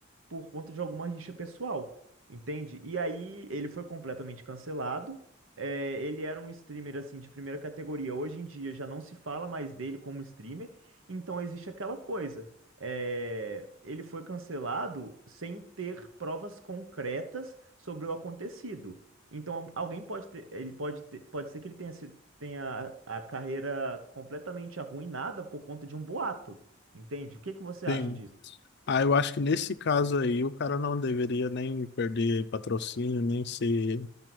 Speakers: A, on the right; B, on the left.
A: por conta de alguma rixa pessoal, entende? E aí ele foi completamente cancelado. É, ele era um streamer assim de primeira categoria. Hoje em dia já não se fala mais dele como streamer, então existe aquela coisa. É, ele foi cancelado sem ter provas concretas sobre o acontecido. Então, alguém pode ter, ele pode ter- pode ser que ele tenha sido tem a, a carreira completamente arruinada por conta de um boato. Entende? O que que você acha
B: Sim.
A: disso?
B: Ah, eu acho que nesse caso aí, o cara não deveria nem perder patrocínio, nem se